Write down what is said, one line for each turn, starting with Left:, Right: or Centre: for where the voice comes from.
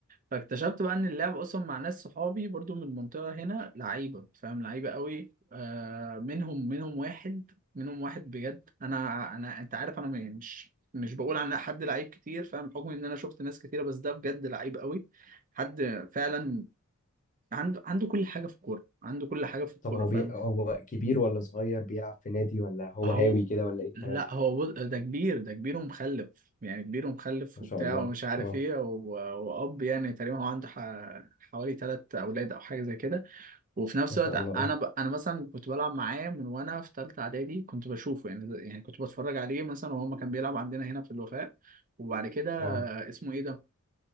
Right: فاكتشفت بقى ان اللعب اصلا مع ناس صحابي برضو من المنطقة هنا لعيبة فاهم لعيبة قوي آه منهم منهم واحد منهم واحد بجد انا انا انت عارف انا مش مش بقول عن حد لعيب كتير فاهم بحكم ان انا شفت ناس كتيرة بس ده بجد لعيب قوي حد فعلا عنده عنده كل حاجة في الكورة عنده كل حاجة في الكورة
Left: طب هو
Right: فاهم
Left: بي... هو كبير ولا صغير بيلعب في نادي ولا هو
Right: هو
Left: هاوي كده ولا ايه الكلام
Right: لا هو بص ده كبير ده كبير ومخلف يعني كبير ومخلف
Left: ما
Right: وبتاع
Left: شاء الله
Right: ومش عارف
Left: اه
Right: ايه و... واب يعني تقريبا هو عنده ح... حوالي ثلاث اولاد او حاجه زي كده وفي نفس
Left: ما شاء
Right: الوقت
Left: الله
Right: انا
Left: اه
Right: ب... انا مثلا كنت بلعب معاه من وانا في ثالثه اعدادي كنت بشوفه يعني يعني كنت بتفرج عليه مثلا وهو ما كان بيلعب عندنا هنا في الوفاء وبعد كده
Left: اه
Right: اسمه ايه ده